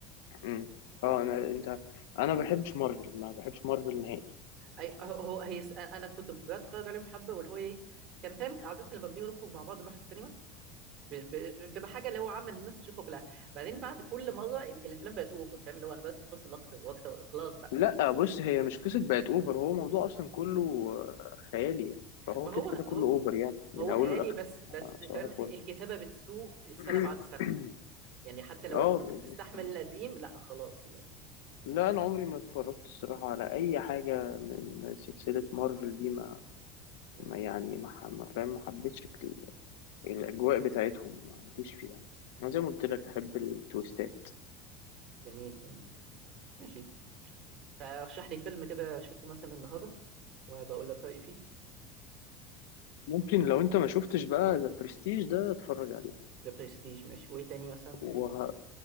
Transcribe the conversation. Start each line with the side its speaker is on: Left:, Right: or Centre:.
Left: امم.
Right: ف-
Left: اه انا انت انا ما بحبش مارفل ما بحبش مارفل نهائي
Right: اي هو هو- هي س- انا كنت بتفرج عليهم حبه واللي هو ايه كان فاهم عاده لما بنيجي نخرج مع بعض نروح السينما ب- ب- بتبقى حاجه اللي هو عامه الناس تشوفه كلها بعدين بعد كل مره ال- الافلام بقت اوفر فاهم اللي هو انا بقيت اتفصل اكتر واكتر خلاص بقى
Left: لا بص هي مش قصة بقت اوفر هو موضوع اصلا كله آه، خيالي يعني فهو
Right: ما
Left: كده
Right: هو
Left: كده كله
Right: هو
Left: اوفر يعني من
Right: هو
Left: اوله
Right: خيالي
Left: لاخره
Right: بس بس
Left: آه، صباح
Right: فاهم
Left: الفل
Right: الكتابه بتسوء السنه
Left: <clears throat>
Right: بعد السنه يعني حتى لو
Left: اه
Right: انت كنت
Left: بالظبط
Right: بتستحمل القديم لا خلاص يعني
Left: لا انا عمري ما اتفرجت الصراحة على اي حاجة من سلسلة مارفل دي ما,
Right: أي.
Left: ما يعني ما, ح- ما فاهم ما حبيتش ال- الاجواء بتاعتهم ما جيش فيها انا زي ما قلت لك احب التويستات
Right: جميل جميل ماشي فرشح لي فيلم كده اشوفه مثلا النهارده وبقول لك رايي فيه
Left: ممكن لو انت ما شفتش بقى ذا برستيج ده اتفرج عليه
Right: ذا برستيج ماشي وايه تاني مثلا
Left: وه...